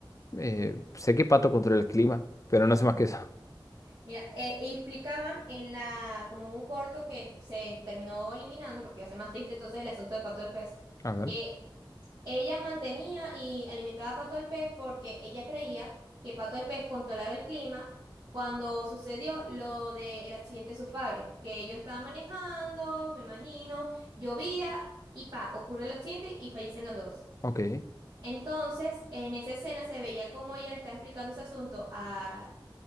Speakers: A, on the left; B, on the right.
A: Eh, sé que Pato controla el clima, pero no
B: Ajá.
A: sé más que eso,
B: Mira, eh, y explicaban en la, como un corto que se terminó eliminando porque iba a ser más triste entonces el asunto de Pato del Pez,
A: a ver,
B: que ella mantenía y alimentaba a Pato del Pez porque ella creía que Pato del Pez controlaba el clima cuando sucedió lo del accidente de sus padres, que ellos estaban manejando, me imagino, llovía y pa, ocurre el accidente y fallecen los dos.
A: ok.
B: Entonces, en esa escena se veía como ella le estaba explicando ese asunto a